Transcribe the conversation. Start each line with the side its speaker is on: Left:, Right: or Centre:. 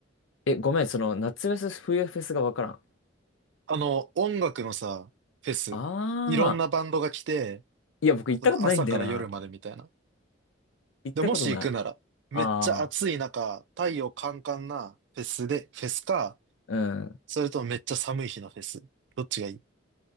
Left: う。え、ごめん、その、夏フェス、冬フェスがわからん。
Right: あの、音楽のさ、フェス。
Left: あ
Right: いろんなバンドが来て、
Left: あ、いや、僕行ったことないんだよな。
Right: その朝から夜までみたいな。
Left: 行ったことない。
Right: で、もし行くなら、めっちゃ暑い中、
Left: ああ、
Right: 太陽カンカンなフェスで、フェスか、
Left: うん。
Right: それともめっちゃ寒い日のフェス。どっちがいい